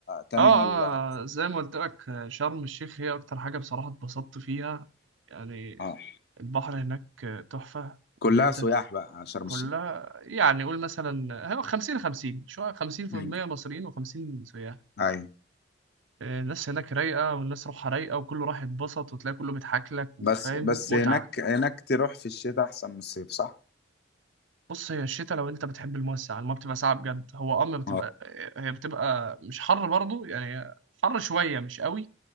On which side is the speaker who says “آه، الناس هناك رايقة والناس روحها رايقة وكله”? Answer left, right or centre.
Right